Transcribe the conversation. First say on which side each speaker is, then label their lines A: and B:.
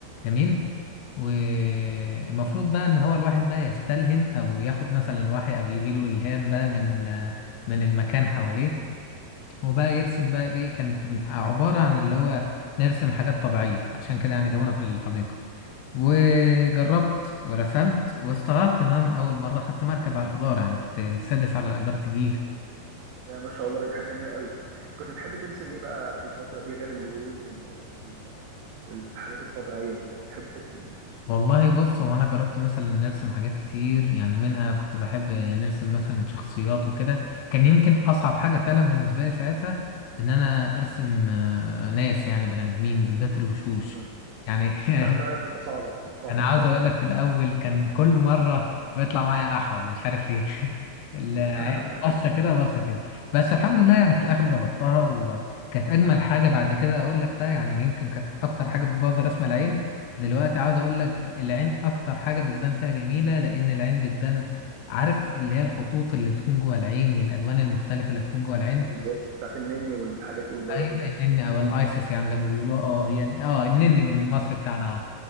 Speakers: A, on the left; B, on the right.
A: جميل والمفروض بقى ان هو الواحد بقى يستلهم او ياخد مثلا الوحي او يجي له الهام بقى من من المكان حواليه وبقى يرسم بقى ايه كانت عبارة عن اللي هو نرسم حاجات طبيعية عشان كده يعني جابونا في الحديقة وجربت ورسمت واستغربت ان هو من اول مرة خدت مركز على الإدارة يعني كنت السادس على إدارة الجيزة
B: يا ما شاء الله دي حاجه جميله قوي كنت بتحب ترسم ايه بقى في الفتره دي غير الورود وال... وال... والحاجات الطبيعيه وكده بتحب ترسم ايه
A: والله بص هو انا جربت مثلا نرسم حاجات كتير يعني منها كنت بحب نرسم مثلا شخصيات وكده كان يمكن اصعب حاجة فعلا بالنسبة لي ساعتها ان انا ارسم آه، ناس يعني بني ادمين بالذات الوشوش
B: مم.
A: يعني <laughs>
B: لا فعلا بتبقى صعبه بتبقى صعبه
A: انا عاوز
B: شويه
A: اقول لك في الاول كان كل مره بيطلع معايا احول مش عارف ليه <laughs> العين
B: <laughs>
A: بصه كده بصه كده بس الحمد لله يعني في الاخر ظبطتها وكانت اجمل حاجه بعد كده اقول لك بقى يعني يمكن كانت اكتر حاجه بتبوظ رسم العين دلوقتي عاوز اقول لك العين اكتر حاجه بتبان فيها جميله لان العين بتبان عارف اللي هي الخطوط اللي بتكون جوه العين والالوان المختلفه اللي بتكون جوه العين
B: بالظبط بتاعت النني والحاجات والبياض
A: ايوه
B: وكده
A: النن او الايسس يعني زي ما بيقولوا اه هي اه النن بالمصري بتاعنا اه